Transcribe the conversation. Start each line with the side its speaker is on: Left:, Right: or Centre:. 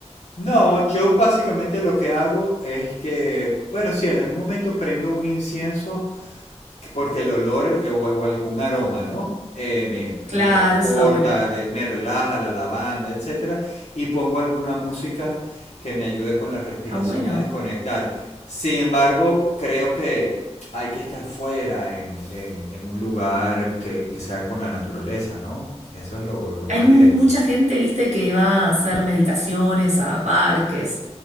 Left: No, yo básicamente lo que hago es que, bueno, sí, en algún momento prendo un incienso porque el olor eh, o, o algún aroma, ¿no? Eh, me,
Right: Claro,
Left: me transporta,
Right: eso está bueno.
Left: de- me relaja la lavanda, etcétera, y pongo alguna música que me ayude con la respiración
Right: Está bueno.
Left: a desconectar. Sin embargo, creo que hay que estar fuera en, en- en un lugar que, que sea con la naturaleza, ¿no? Eso es lo, lo
Right: Hay
Left: más
Right: mucha
Left: directo.
Right: gente, viste, que va a hacer meditaciones a parques